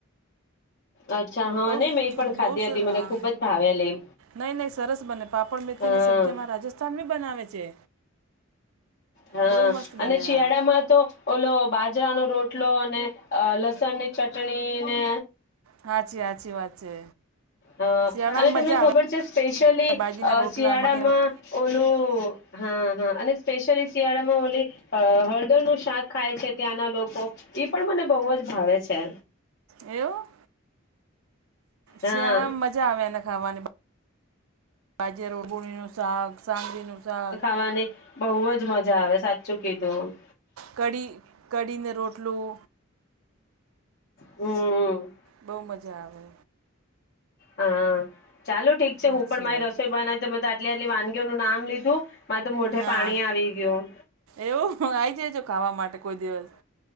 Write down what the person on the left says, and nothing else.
અચ્છા હા
ને મેં એ પણ ખાધી
હતી મને
ખુબ જ ભાવેલી
હા
હા
અને શિયાળા
માં તો ઓલો બાજરાનો રોટલો અને લસ લસણની ચટણી ને
હા
અને તમને
ખબર છે સ્પેશયલી
શિયાળામાં
ઓલો હા હા અને સ્પેશ્યલી શિયાળામાં ઓલી હળદરનું શાક ખાય છે ત્યાંના લોકો એ પણ મને બહુ જ ભાવે છે
હા
વાને બહુ જ મજા આવે સાચું કીધું
હમ
હા ચાલો ઠીક છે
હું પણ મારી
રસોઈ બનાવું તમે તો આટલી આટલી વાનગીઓનું નામ લીધું મારે તો મોઢે
પાણી આવી ગયું